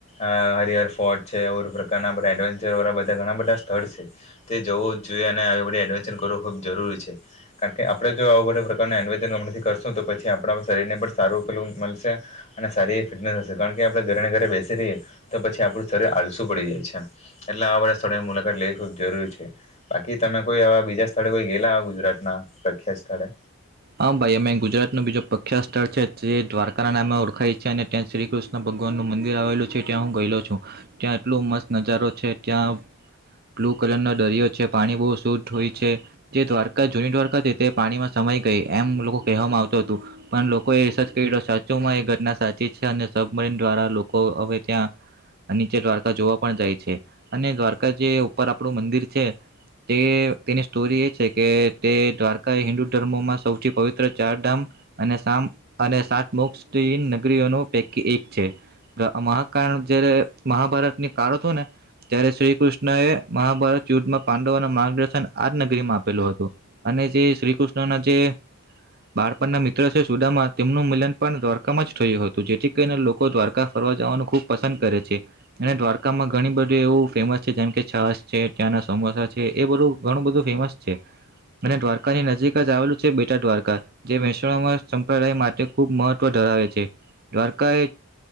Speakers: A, on the left; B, on the right.
A: અ હરિહર ફોર્ટ છે ઓર પ્રકારના બધા એડવેન્ચર વાળા બધા ઘણા બધા સ્થળ છે તે જવું જઈએ ડ કરવું ખબ જરૂરી છે કારણ કે આપડણે જો આવ બધા પ્રકાર એડવેશું તો પછ આપ શરીરને પણ સારુંલ મળશે અને સારી ફશે કારણ કે આપણે ઘરે બેસી રહીએ તો પછી આપડું સ્રીર આલસું પડી જાય છે એટલે આળા સ્થળોની મુલાકાત લેવી ખૂબ જરૂરી છે બાકી તમે કોઈ આવા બીજા સ્થળે કોઈ ગેલા ગુજરાત ના પ્રખ્યાત સ્થળે
B: હા ભાઈ અમે ગુજરાત ન બીું પ્રખ્યાત સ્થળ છે તે દ્વારકા નામે ઓળખાય છે અને ત્યાં શ્રી કૃષ્ણ ભગવાન નું મંદિર આવેલું છે ત્યાં હું ગયેલો છું ત્યાં એટલો મસ્ત નજારો છે ત્યાં બ્લુ કલરનો દરિયો છે પાણી બહુ શુદ્ધ હોય છે જે દ્વારકા જૂની દ્વારકા છે તે પાણીમાં સમય કહી એમ લોકો કહેવામાં આવત હતું પણ લોકોએ રિસર્ચ કરી સાચોમાં એ ઘટના સાચી છે અને સબ ટન દ્વારા લોકો હવે ત્યાં નીચે દ્વારકા જોવા પણ જાય છે અને દ્વારકા જે ઉપર આપણું મંદિર છે તે તેની સ્ટોરી એ છે કે તે દ્વારકા હિન્દુ ધર્મોમાં સૌથી પવિત્ર ચાર ધામ અને સામ અને સાત મુ નગરીઓનો પૈકી એક છે મહાકાળ જયારે મહાભારતની કાળ હતો ને ત્યારે શ્રી કૃષ્ણ એ મહાભારત યુદ્ધમાં પાંડવના માર્ગદર્શન આ જ નગરીમાં આપેલું હતું અને જે શ્રી કૃષ્ણ ના જે બાળપણના મિત્ર છે સુદામાં તેમનું મિલન પણ દ્વારકામાં જ થયું હતું જેથી કરીને લોકો દ્વારકા ફરવા જ ખૂબ પસંદ કરે છે અને દ્વારકામાં ઘણી બધી એવું ફેમસ છે જેમ કે છાસ છે ત્યાંના સમહ એ બધું ઘણું બધું ફેમસ છે અને દ્વારકાની નજીક જ આવેલું બેટા દ્વારકા જે મહેસાણામાં સંપ્રદાય માટે ખૂબ મહત્વ ધરાવે છે દ્વારકાએ